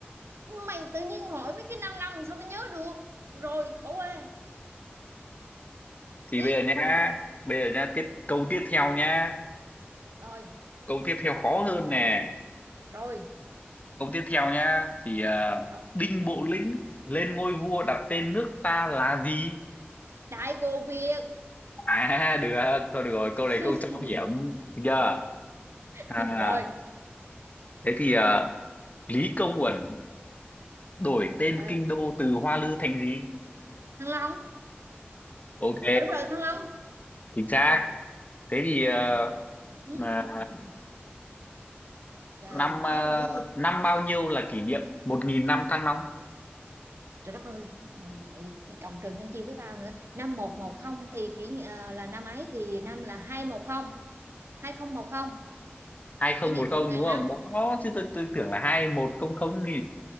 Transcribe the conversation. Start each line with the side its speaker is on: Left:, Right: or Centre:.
Right: mày tự nhiên hỏi mấy cái 5 năm làm sao tao nhớ được rồi bỏ qua
Left: Thì
Right: tiếp
Left: bây giờ nhá, bây giờ nhá, tiếp câu tiếp theo nhá,
Right: rồi
Left: câu tiếp theo khó hơn nè.
Right: rồi
Left: Câu tiếp theo nhá thì à,
Right: rồi
Left: Đinh Bộ Lĩnh lên ngôi vua đặt tên nước ta là gì?
Right: đại cô Việt
Left: À được, thôi được rồi, câu này
Right: <laughs>
Left: câu trọng điểm. Được chưa? À
Right: rồi
Left: thế thì à, Lý Công Uẩn đổi tên
Right: à,
Left: kinh đô từ Hoa Lư thành gì?
Right: Thăng Long
Left: Ok,
Right: à, đúng rồi Thăng Long
Left: chính xác. Thế thì à,
Right: <laughs> Ừ.
Left: à,
Right: trời
Left: năm à,
Right: hết rồi cái gì
Left: năm bao nhiêu là kỷ niệm 1.000 năm Thăng Long?
Right: trời đất ơi mày lại cộng trừ nhân chia với tao nữa năm một một không thì kỷ ni- à, là năm ấy thì năm là hai một không hai không một không
Left: 2010
Right: kỷ niệm một ngàn
Left: đúng không?
Right: năm
Left: Đó chứ tôi, tôi tưởng là 2100 nhỉ.